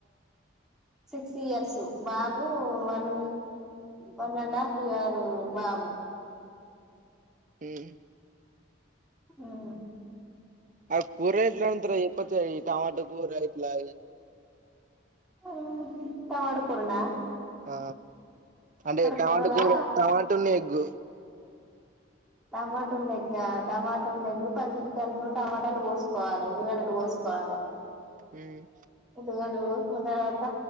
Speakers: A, in the centre; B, on the right.
A: సిక్స్ ఇయర్స్ బాబు one one and half year బాబు
B: ఉమ్
A: ఆ
B: ఆ కూరేట్ల వండుతరోచేప్పచ్చగ ఈ టమాట కూర యిట్లా
A: ఉమ్ టమడుకురునా
B: ఆ అంటే టమాటా
A: కూరలా
B: కూర తమతున్నెగ్గు
A: తమటున్నెగ్గ తమటున్నెగు పదిమిలు ను టమాటాలు పోసుకోవాలి ఉల్లిగడలు పోసుకోవాలి
B: ఉమ్
A: ఉల్లిగడ్డలు కోసుకున్న తర్వాత